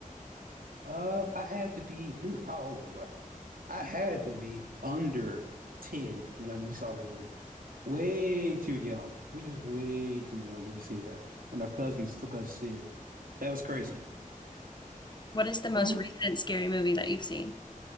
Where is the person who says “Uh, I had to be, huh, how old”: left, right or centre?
Right